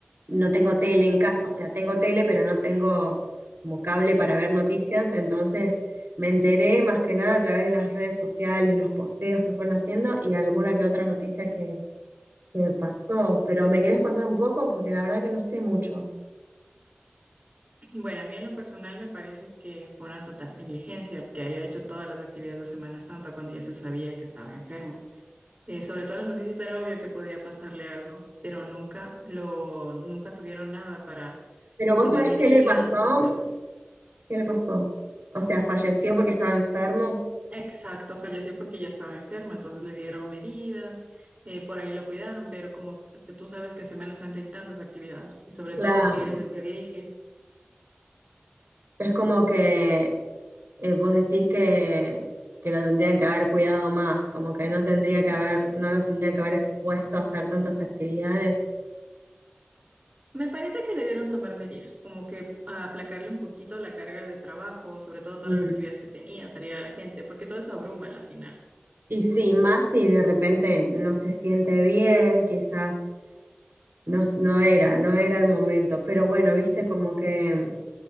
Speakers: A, on the right; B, on the right.
A: no tengo tele en casa. O sea, tengo tele, pero no tengo como cable para ver noticias. Entonces me enteré más que nada a través de las redes sociales, los posteos que fueron haciendo y alguna que otra noticia que, que pasó. Pero ¿me querés contar un poco? Porque la verdad que no sé mucho.
B: <clears throat> Bueno, a mí en lo personal me parece que fue una total negligencia, que haya hecho todas las actividades de Semana Santa cuando ya se sabía que estaba enfermo. Eh, sobre todo en las noticias era obvio que podía pasarle algo, pero nunca lo, nunca tuvieron nada para
A: Pero
B: eh,
A: vos
B: tomar
A: sabés
B: medidas
A: qué le pasó
B: o provocar.
A: ¿Qué le pasó? O sea, falleció porque estaba enfermo.
B: Exacto, falleció porque ya estaba enfermo, entonces le dieron medidas, eh, por ahí lo cuidaron, pero como tú sabes que en Semana Santa hay tantas actividades y sobre
A: Claro.
B: todo que eres el que dirige.
A: Es como que eh, vos decís que, que lo tendrían que haber cuidado más, como que no tendría que haber, no lo tendrían que haber expuesto a hacer tantas actividades.
B: Me parece que debieron tomar medidas, como que aplacarle un poquito la carga de trabajo, sobre todo todas
A: Mm.
B: las actividades que tenía, salir a la gente, porque todo eso abruma a la final.
A: Y sí, más si de repente no se siente bien, quizás no, no era, no era el momento. Pero bueno, viste como que